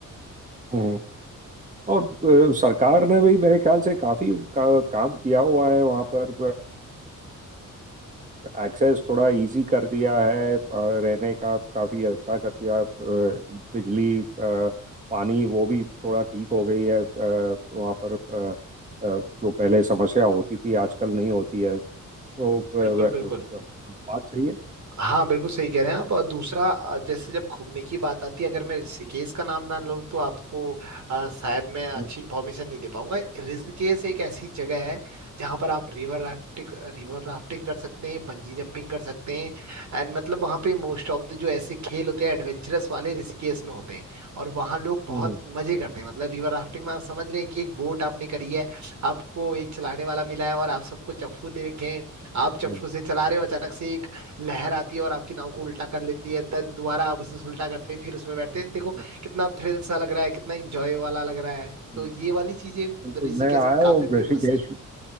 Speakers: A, on the right; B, on the right.
A: हम्म। और अ, सरकार ने भी मेरे ख्याल से काफी उनका काम किया हुआ है वहाँ पर एक्सेस थोड़ा इजी कर दिया है अ, रहने का काफी अच्छा कर दिया अ, बिजली अ, पानी वो भी थोड़ा ठीक हो गई है अ, वहाँ पर अ, अ, जो पहले समस्या होती थी आजकल नहीं होती है तो, अ, व-
B: बिल्कुल बिल्कुल
A: अ, बात सही है
B: हाँ बिल्कुल सही कह रहे हैं आप और दूसरा अ, जैसे जब घूमने की बात आती है अगर मैं ऋषिकेश का नाम ना लूँ तो आपको अ, शायद मैं अच्छी
A: हम्म,
B: इन्फॉर्मेशन नहीं दे पाऊंगा ऋषिकेश एक ऐसी जगह है जहाँ पर आप रिवर राफ्टिंग रिवर राफ्टिंग कर सकते हैं बंजी जंपिंग कर सकते हैं एंड मतलब वहाँ पे मोस्ट ऑफ द जो ऐसे खेल होते हैं एडवेंचरस वाले ऋषिकेश में होते हैं और वहाँ लोग बहुत
A: हम्म,
B: मजे करते हैं मतलब रिवर राफ्टिंग में आप समझ रहे हैं कि एक बोट आपने करी है आपको एक चलाने वाला मिला है और आप सबको चप्पू दे रखे हैं आप चप्पू
A: हम्म,
B: से चला रहे हो अचानक
A: हम्म,
B: से लहर आती है और आपकी नाव को उल्टा कर लेती है देन दोबारा आप उसे उल्टा करते हैं फिर उसमें बैठते हैं देखो
A: हम्म,
B: कितना थ्रिल सा लग रहा है कितना एंजॉय वाला लग रहा है
A: हम्म,
B: तो ये वाली चीजें
A: बिल्कुल
B: ऋषिकेश
A: मैं आया
B: में काफी
A: हूँ ऋषिकेश
B: फेमस है